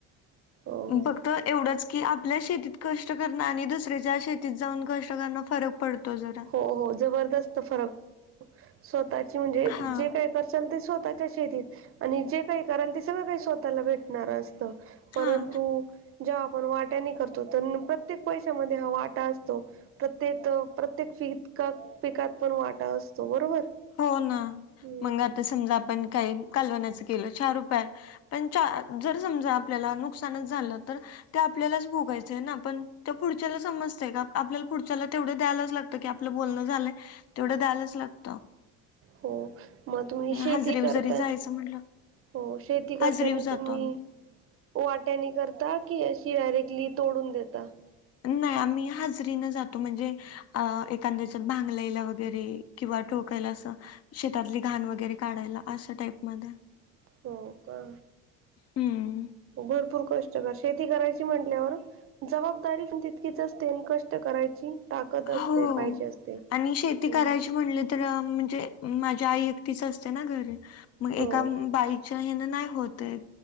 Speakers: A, on the right; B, on the left.
A: हो हो
B: फक्त एवढंच की आपल्या शेतीत कष्ट करण आणि दुसऱ्याच्या शेतीत जाऊन कष्ट करण फरक पडतो जरा.
A: हो हो जबरदस्त फरक स्वतःची म्हणजे
B: हा
A: जे काही कर. ते स्वतःच्या शेतीत आणि जे काही कराल ते सगळं काही स्वतःला भेटणार असतं. परंतु
B: हा
A: जेव्हा आपण वाट्यानी करतो तर प्रत्येक पैशामध्ये हा वाटा असतो प्रत्येक प्रत् त्येक फितकप पिकात पण वाटा असतो बरोबर.
B: हो ना
A: हम्म
B: मग आता समजा आपण काही कालवनाचं केलं चार रुपया. पण चा जर समजा आपल्याला नुकसानच झालं तर ते आपल्यालाच भोगायचंय ना पण त्या पुढच्याला समजतय का आपल्याला पुढच्याला तेवढे द्यायलाच लाग त की आपलं बोलणं झालं तेवढं द्यायलाच लागत.
A: हो. मग तुम्ही शेती
B: हाजरीव
A: करताना
B: जरी जायचं म्हटलं
A: हो शेती करतानी
B: हाजरीव जातो
A: तुम्ही?
B: आम्ही.
A: वाट्यानी करता की अशी डायरेक्टली तोडून देता.
B: नाही आम्ही हजरीन जातो म्हणजे अ एखाद्याच. भांगलायला वगैरे किंवा ठोकायला असं. शेतातली घाण वगैरे काढायला अशा टाईप मध्ये.
A: हो का
B: हम्म.
A: भरपूर कष्ट कर शेती करायची म्हंटल्यावर. जबाबदारी पण तितकी जास्त कष्ट करायची. ताकद असते
B: हो
A: पाहिजे असते.
B: आणि शेती
A: हो
B: करायची म्हणली. तर अ म्हणजे माझ्या आई एकटच असते ना घरी. मग
A: हो
B: एका बाईच्या हेन नाही होतय